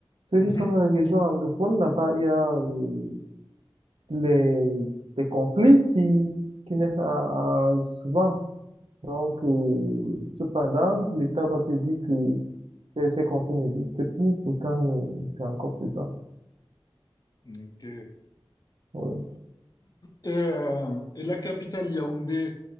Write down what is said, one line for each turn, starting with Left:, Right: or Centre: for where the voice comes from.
Right: Ceux
Left: Mhm.
Right: qui sont dans les régions anglophones, là-bas, il y a euh, les, des conflits qui, qui naissent à- à- souvent. Donc, euh, cependant, l'État va te dire que ces, ces conflits n'existent plus, pourtant, euh, c'est encore présent.
Left: Ok.
Right: Oui.
Left: Et, euh, et la capitale Yaoundé,